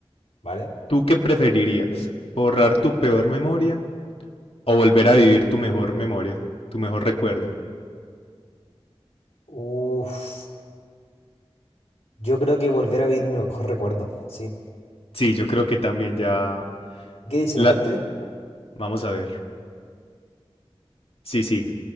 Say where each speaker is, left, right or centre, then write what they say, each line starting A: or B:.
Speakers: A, on the left; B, on the left.
A: ¿Vale?
B: ¿Tú qué preferirías? ¿Borrar tu peor memoria o volver a vivir tu mejor memoria, tu mejor recuerdo?
A: Uf. Yo creo que volver a vivir mi mejor recuerdo. Sí.
B: Sí, yo creo que también ya...
A: ¿Qué dice
B: La...
A: la gente?
B: Vamos a ver. Sí, sí,